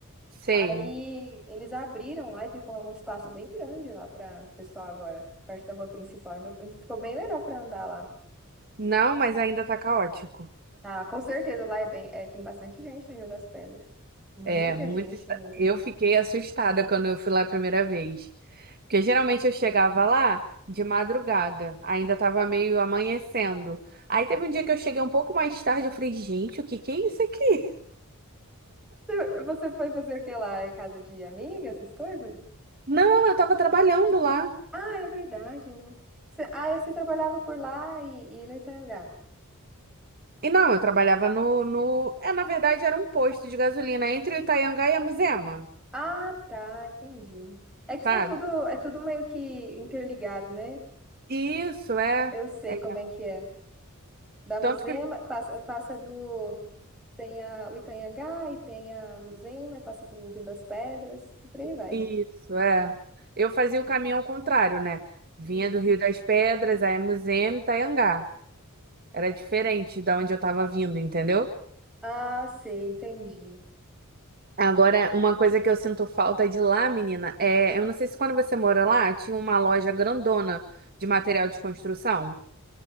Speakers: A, on the right; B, in the centre.
A: Sei.
B: Aí eles abriram lá e ficou um espaço bem grande lá para o pessoal agora, perto da rua principal. Então, ficou bem melhor para andar lá.
A: Não, mas ainda tá caótico.
B: Ah, com certeza, lá é bem, é, tem bastante gente no Rio das Pedras. Muita
A: É, muito.
B: gente
A: esta-
B: mesmo.
A: Eu fiquei assustada quando eu fui lá a primeira vez. Porque geralmente eu chegava lá de madrugada, ainda tava meio amanhecendo. Aí teve um dia que eu cheguei um pouco mais tarde, eu falei, gente, o que que é isso aqui?
B: Você você foi fazer o que lá? É casa de amiga, essas coisas?
A: Não, eu tava trabalhando lá.
B: Ah, é verdade, né? Você, ah, e você trabalhava por lá e, e no Itangá.
A: E não, eu trabalhava no, no... É, na verdade, era um posto de gasolina entre o Itaianga e a Muzema,
B: Ah, tá, entendi. É que são
A: sabe?
B: tudo, é tudo meio que interligado, né?
A: Isso, é.
B: Eu sei
A: é
B: como é que é. Da Muzema,
A: Tanto que
B: passa, passa do... Tem a, o Itanhangá e tem a Muzema, e passa pelo Rio das Pedras, e por aí vai.
A: Isso, é. Eu fazia o caminho ao contrário, né? Vinha
B: Hum.
A: do Rio das Pedras, a Emuzema e Itaiangá. Era diferente da onde eu tava vindo, entendeu?
B: Ah, sei, entendi.
A: Agora, uma coisa que eu sinto falta de lá, menina, é, eu não sei se quando você mora lá, tinha uma loja grandona de material de construção.